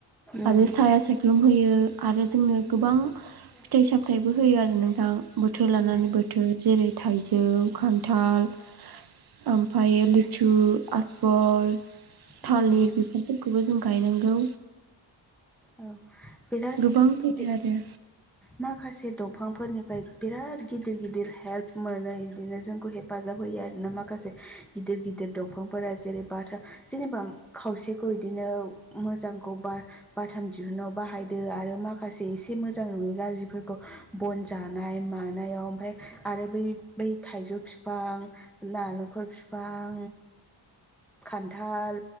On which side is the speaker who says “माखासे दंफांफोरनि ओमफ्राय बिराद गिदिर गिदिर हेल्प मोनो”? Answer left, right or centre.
Centre